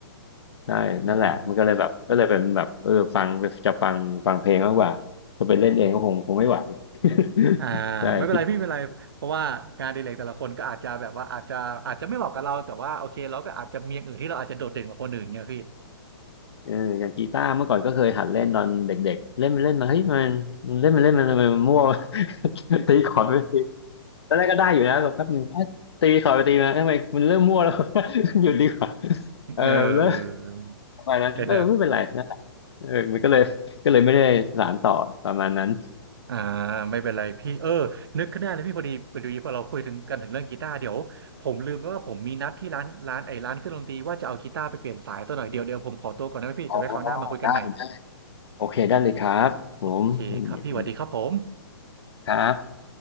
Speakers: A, on the left; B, on the right.
A: ใช่นั่นแหละมันก็เลยแบบก็เลยเป็นแบบเออฟังจะฟังฟังเพลงมากกว่าจะไปเล่นเองก็คงคงไม่ไหว
B: อืม
A: <laughs>
B: อ่า
A: ใช่คิด
B: ไม่เป็นไรพี่ไม่เป็นไรเพราะว่างานอดีเลกแต่ละคนก็อาจจะแบบว่าอาจจะอาจจะไม่เหมาะกับเราแต่ว่าโอเคเราก็อาจจะมีอย่างอื่นที่เราอาจจะโดดเด่นกว่าคนอื่นเนี่ยพี่
A: เอออย่างกีตาร์เมื่อก่อนก็เคยหัดเล่นตอนเด็กๆเล่นไปเล่นมาเฮ้ยมันมันเล่นไปเล่นมันทำไมมันมั่ว <laughs> ตีคอร์ดไปตีตอนแรกก็ได้อยู่นะแบบแป๊บนึงเอ๊ะตีคอร์ดไปตีมาทำไมมันเริ่มมั่วแล้ว <laughs> หยุดดีกว่า
B: <laughs>
A: เออเลิก
B: เออ
A: ประมาณนั้นเออไม่เป็นไรนั่นแหละเออมันก็เลยก็เลยไม่ได้สานต่อประมาณนั้น
B: เป็นแบบอ่าไม่เป็นไรพี่เออนึกขึ้นได้เลยพี่พอดีพอดีพอเราคุยถึงกันถึงเรื่องกีตาร์เดี๋ยวผมลืมไปว่าผมมีนัดที่ร้านร้านไอ้ร้านเครื่องดนตรีว่าจะเอากีตาร์ไปเปลี่ยนสายซะหน่อยเดี๋ยวเดี๋ยวผมขอตัวก่อนนะพี่แต่ไว้คราวหน้ามาคุยกันใหม่
A: อ๋อได้ได้โอเคได้เลยครับผมผมยินดี
B: โอเคครับพี่สวัสดีครับผม
A: ครับ